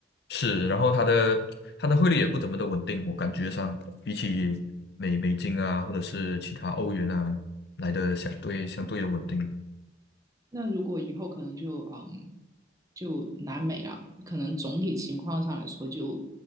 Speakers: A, on the left; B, on the right.
A: 是，然后它的它的汇率也不怎么的稳定，我感觉上比起美美金啊，或者是其他欧元啊来的相对相对的稳定。
B: 那如果以后可能就嗯，就南美了，可能总体情况上来说就，